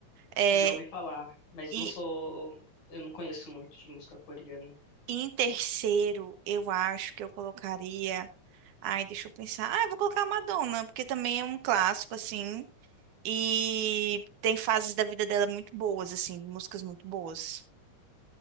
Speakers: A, on the right; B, on the left.
A: É.
B: Já ouvi falar, mas
A: e
B: não sou, eu não conheço muito de música coreana,
A: E em terceiro, eu acho que eu colocaria. Ai, deixa eu pensar. Ah, eu vou colocar a Madonna, porque também é um clássico, assim. E tem fases da vida dela muito boas, assim, músicas muito boas.